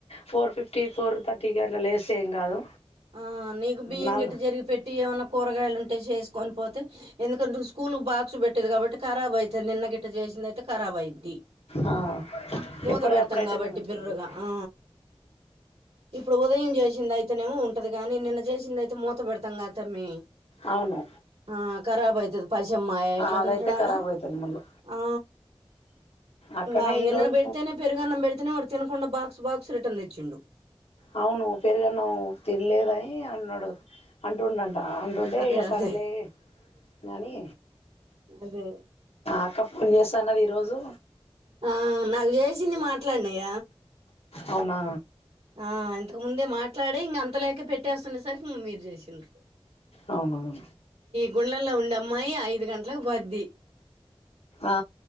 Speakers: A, on the left (about 80°); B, on the right (about 80°).
A: ఫోర్ ఫిఫ్టీ పోర్ తర్టీ కి అట్లా లేస్ ఏం కాదు
B: ఆ నీకు బియ్యం
A: నాల్
B: గట్ జరిగి పెట్టి ఏమైన్నా కూరగాయలు ఉంటే చేసు కొనిపోతే ఎందుకంటే స్కూల్ బాక్స్ పెట్టేది కాబట్టి ఖరాబ్ అవుతుంది నిన్న గిట్ట చేసింది అయితే ఖరాబ్ అయిద్ధి.
A: ఆ
B: మూత
A: ఎప్పటిదప్పుడు
B: పెడతాం
A: అయితేనే
B: కాబట్టి
A: మంచిగా
B: బిర్రగా
A: ఉంటది
B: ఆ ఇప్పుడు ఉదయం చేసింది అయితేనేమో ఉం టది కాని నిన్న చేసింది అయితే మూత పెడతాం తమ్మి
A: అవును
B: ఆ కరాబ్ అయి పైసమ్మాయ ఎట్లా
A: అదైతే
B: తింటాడాడా
A: ఖరాబ్ అయితది మళ్ళా
B: ఆ
A: అక్కనే
B: ఇంగా నిన్నన్న
A: ఈరోజు
B: పెడితేనే పెరుగన్నం పెడితేనే వాడు తినకుండా బాక్స్ బాక్స్ రిటర్న్ తెచ్చిండు.
A: అవును పెరుగాన్నం తినలేదని ని అన్నాడు అంటుండంట అంటుంటే
B: అదే
A: ఇక సరేలే
B: అదే
A: కానీ
B: అదే
A: అక్క పోన్ చేస్తానుది ఈరోజు
B: ఆ నాకు చేసింది మాట్లాడినిగ
A: అవునా
B: ఆ ఇంతక ముందే మాట్లాడే ఇంక అంతలేక పెట్టేస్తున్న సరికి ఇం మీరు చేసిండ్రు.
A: అవున
B: గుళ్లల్లో ఉండ అమ్మాయి ఐదు గంటలకు పోద్ది
A: ఆ